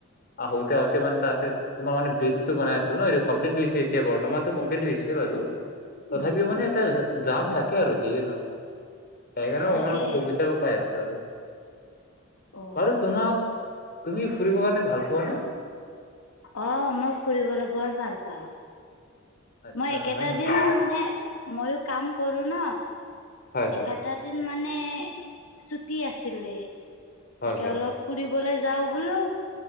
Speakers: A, on the left; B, on the left.
A: আহোতে আহোতে মানে তাতে, তোমাৰ মানে ব্ৰিজ টো বনাই আছিল ন এইটো। কমপ্লিট হৈছে এতিয়া। বৰ্তমানতো কমপ্লিট হৈছে বাৰু, তথাপিও
B: উম
A: মানে এটা জাম থাকে আৰু। যিয়ে নহওঁক, সেইকাৰণেও
B: তাকে
A: অকমান অসুবিধা পাই আছোঁ আৰু।
B: অ
A: বাৰু তোমাক, তুমি ফুৰিব কাৰণে ভাল পোৱা না।
B: অ', মই ফুৰিবলৈ বৰ ভাল পাওঁ।
A: আচ্ছা
B: মই একেটা
A: হয় নেকি
B: দিন মানে ময়ো কাম কৰো ন।
A: হয় হয়
B: এইকেইটা দিন মানে ছুটি আছিলে।
A: হয়
B: তাকে
A: হয়
B: অলপ ফুৰিবলৈ যাওঁ বোলো।